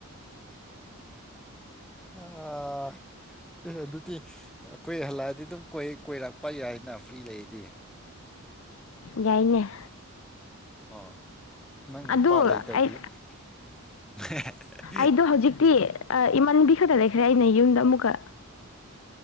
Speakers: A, in the centre; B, on the left.
A: ꯑ <unintelligible> ꯑꯦ ꯑꯗꯨꯗꯤ ꯑꯩꯈꯣꯏ ꯍꯜꯂꯛꯑꯗꯤ ꯑꯗꯨꯝ ꯀꯣꯏ ꯀꯣꯏꯔꯛꯄ ꯌꯥꯏꯅ ꯐ꯭ꯔꯤ ꯂꯩꯗꯤ
B: ꯌꯥꯏꯅꯦ
A: ꯑꯥ ꯅꯪ
B: ꯑꯗꯨ
A: ꯅꯨꯄꯥ ꯂꯩꯇ꯭ꯔꯗꯤ
B: ꯑꯩ
A: ꯍ <unintelligible>
B: ꯑꯩꯗꯣ ꯍꯧꯖꯤꯛꯇꯤ ꯏꯃꯥꯟꯕꯤ ꯈꯛꯇ ꯂꯩꯈ꯭ꯔꯦ ꯑꯩꯅ ꯌꯨꯝꯗ ꯑꯃꯨꯛꯀ